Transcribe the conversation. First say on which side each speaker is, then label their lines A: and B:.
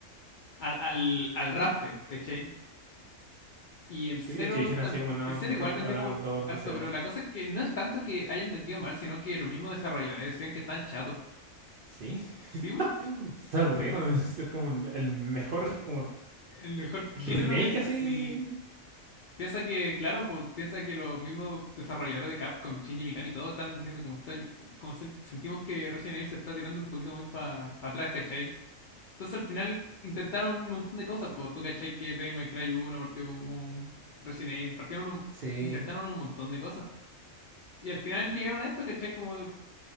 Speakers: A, on the left; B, on the right.
A: al, al, al raspe, ¿cachai? Y el cero,
B: ¿Tú crees que dijeron
A: tam-
B: así como, no,
A: el cero
B: mejor
A: igual vendió
B: hagamos
A: como
B: el 2
A: harto,
B: de cero?
A: pero la cosa es que no es tanto que hayan vendido mal, sino que los mismos desarrolladores decían que están chatos.
B: Sí,
A: Sí, pues,
B: <laughs> está aburrido, ¿no? <laughs> Es como el mejor como
A: El mejor género
B: remake
A: de...
B: así.
A: Sí. Piensa que, claro, pues, piensa que los mismos desarrolladores de Capcom, Shinji Mikami, todos están diciendo como, está, como sen- sentimos que Resident Evil se está tirando un poquito muy para atrás, ¿cachai? Entonces al final intentaron un montón de cosas, pues tú, ¿cachai? Que Devil May Cry 1 partió como Resident Evil, partieron un-
B: Sí,
A: intentaron un montón de cosas. Y al final llegaron a esto, ¿cachai? Como